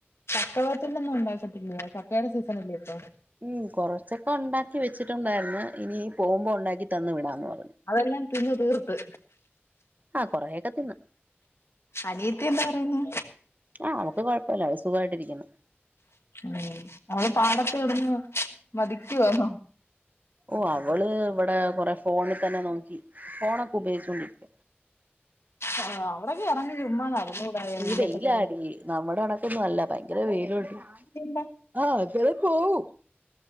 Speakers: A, on the left; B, on the right.
A: ചക്ക വറ്റലോന്നും ഉണ്ടാക്കതില്ലേ ചക്കയുടെ സീസണല്ലേ ഇപ്പ
B: ഉം കൊറച്ചൊക്കെ ഉണ്ടാക്കി വെച്ചിട്ടുണ്ടായിരുന്നു ഇനി പോകുമ്പോൾ ഉണ്ടാക്കി തന്ന് വിടന്നു പറ
A: അതെല്ലാം തിന്ന് തീർത്ത്
B: ആഹ് കൊറെയൊക്കെ തിന്ന്
A: അനിയത്തി എന്ദ് പറയുന്നു
B: ആഹ് അവക്ക് കൊഴപ്പല്ല, അവ സുഖാ യിട്ടിരിക്കുന്നു
A: ഉഉം അവള് പാടത്ത് യോട്ന്ന് മതിക്കുവാണോ
B: ഓ അവള് ഇവടെ കൊറെ ഫോണ് തന്നെ നോക്കി ഫോണൊക്കെ ഉപയോഗിച്ചോണ്ടിരിക്ക
A: ആ അവിടൊക്കെ ഇറങ്ങി ചുമ്മാ നടന്നു കൂടായോ വെയിലക്കെ
B: ഈ വെയിലാടി നമ്മുടെ കണക്കൊന്നും അല്ല ഭയങ്കര വെയിലുണ്ട്
A: ണ്ട.
B: ആഹ അതരെ പോവും.